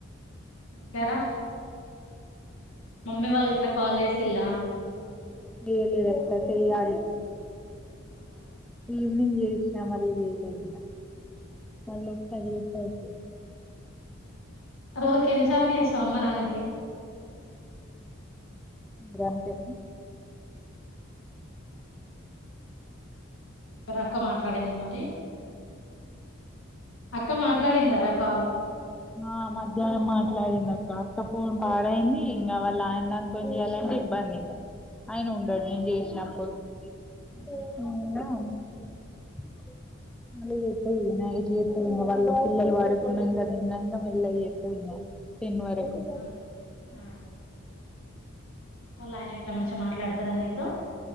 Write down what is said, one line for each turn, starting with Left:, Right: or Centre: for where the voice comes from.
Left: ఇంటా రా. మమ్మీ వాళ్ళక్ గీట్లా కాల్ జేస్. తిల్లా.
Centre: చెయ్యలేదక్కా చేయ్యాలి.
Left: అవునా.
Centre: ఈవినింగ్ జేసిన, మల్లిచేయాలే ఇంగ. మల్లో ఓస్తది. <unintelligible>
Left: రోజ్కి ఎన్నిసార్లు, చేస్తావ్ అమ్మ నాన్నకి.
Centre: గంతే.
Left: ఇక్కడక్క మాట్లాడిందా మరి. అక్క మాట్లాడిందారా కాల్.
Centre: ఆ మధ్యాహ్నం మాట్లాడిందక్కా, అక్కపోన్ పాడైంది, ఇంగ వాళ్ళ ఆయన్దంతో చేయాలంటే ఇబ్బంది ఇంగ. ఆయన ఉండడు,
Left: అవునులే
Centre: నేన్ జేసినప్పుడు.
Left: ఉమ్
Centre: <unintelligible> నైట్ చెత్తావేమో వాళ్ళు పిల్లలు పడుకున్నాకనే. నంగా మెల్లంగ్ చెత్తవ్ ఇంగ. టెన్ వరకు.
Left: ఆ ఆ వాళ్ళ ఆయన ఐతే, మంచిగా మాట్లాడ్తాడని. త్త.